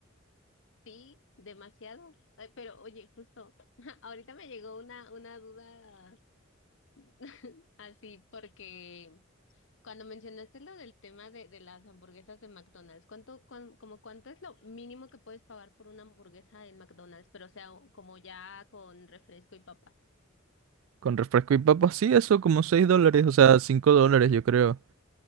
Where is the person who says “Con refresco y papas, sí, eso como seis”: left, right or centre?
Right